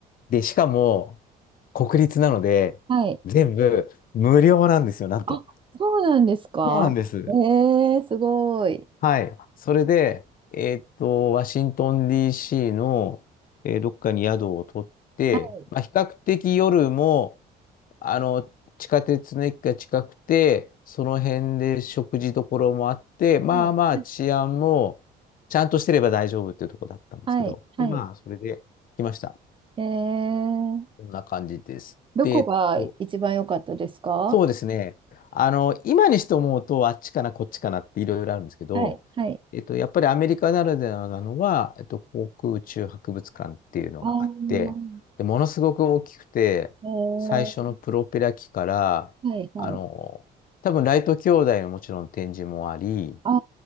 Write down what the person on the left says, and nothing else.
で、しかも、国立なので、
全部無料なんですよ、なんと。
そうなんです。
はい。それで、えーっと、ワシントン DC の、えーどっかに宿を取って、
まあ、比較的夜も、あの、地下鉄の駅が近くて、その辺で食事どころもあって、まあまあ治安もちゃんとしてれば大丈夫っていうところだったんですけど、
で、まあ、それで来ました。
こんな感じです。
で、えっとそうですね。あの、今にして思うと、あっちかな、こっちかなっていろいろあるんですけど、
えっと、やっぱりアメリカならではなのは、えっと、航空宇宙博物館っていうのがあって、
で、ものすごく大きくて、
最初のプロペラ機から、
あの、多分ライト兄弟のもちろん展示もあり、